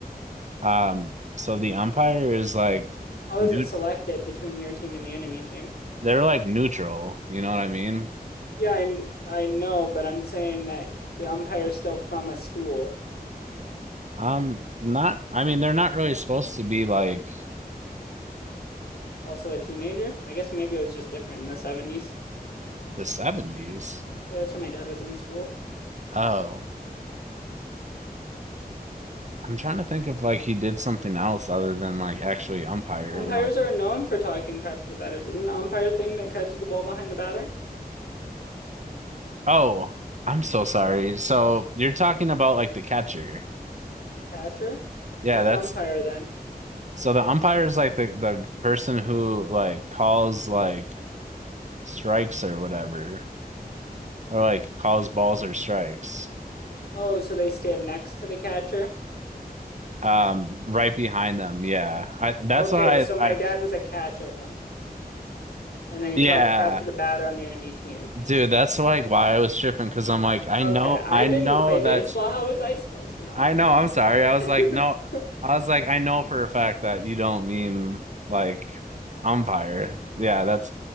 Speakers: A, on the right; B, on the left.
A: um. So the umpire is like
B: How
A: new.
B: is it selected between your team and the enemy team?
A: They're like neutral. You know what I mean?
B: Yeah, I, I know, but I'm saying that the umpire is still from a school,
A: Um, not. I mean, they're not really supposed to be like
B: also a teenager. I guess maybe it was just different in the 70s.
A: the 70s.
B: Yeah, that's when my dad was in school.
A: Oh. I'm trying to think if like he did something else other than like actually umpire
B: Umpires
A: and like,
B: are known for talking crap to the batters. Isn't an umpire thing that catches the ball behind the batter?
A: oh, I'm so sorry. So you're talking about like the catcher.
B: The catcher?
A: Yeah,
B: What's
A: that's
B: an umpire then?
A: so the umpire is like the the person who like calls like strikes or whatever or like calls balls or strikes.
B: Oh, so they stand next to the catcher?
A: Um, right behind them. Yeah. I that's
B: Okay,
A: why
B: so my
A: I, I
B: dad was a catcher then. And then he
A: yeah,
B: talked crap to the batter on the enemy team.
A: dude, that's like why I was tripping because I'm like, I
B: Okay,
A: know
B: I
A: I
B: didn't
A: know
B: play baseball.
A: that
B: How was I supposed to know?
A: I know, I'm sorry. I was
B: <laughs>
A: like, no, I was like, I know for a fact that you don't mean like umpire. Yeah, that's